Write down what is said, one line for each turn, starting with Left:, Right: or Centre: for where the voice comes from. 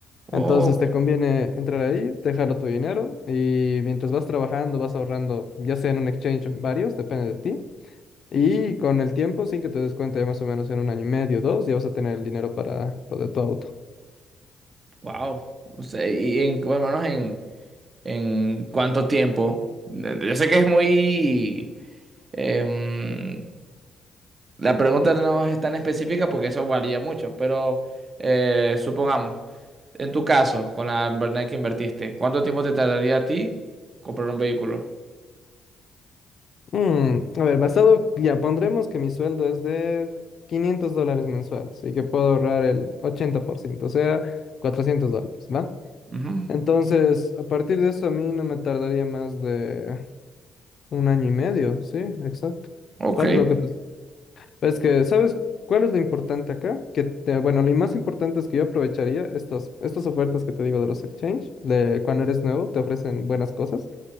Left: Entonces
Right: Oh,
Left: te conviene entrar ahí, dejarlo tu dinero y mientras vas trabajando vas ahorrando, ya sea en un exchange o en varios, depende de ti. Y con el tiempo, sin que te des cuenta, ya más o menos en un año y medio, dos, ya vas a tener el dinero para lo de tu auto.
Right: wow. O sea, y en, bueno, al menos en, en cuánto tiempo. Yo sé que es muy... em, la pregunta no es tan específica porque eso varía mucho, pero eh, supongamos. En tu caso, con la verdad que invertiste, ¿cuánto tiempo te tardaría a ti comprar un vehículo?
Left: Mm, a ver, basado, ya pondremos que mi sueldo es de 500 dólares mensuales y que puedo ahorrar el 80%, o sea, 400 dólares, ¿va?
Right: Ujú,
Left: Entonces, a partir de eso, a mí no me tardaría más de un año y medio, sí, exacto.
Right: Ok,
Left: Tal lo que te Es que, ¿sabes cuál es lo importante acá? Que, te- bueno, lo más importante es que yo aprovecharía estas, estas ofertas que te digo de los exchange, de cuando eres nuevo, te ofrecen buenas cosas,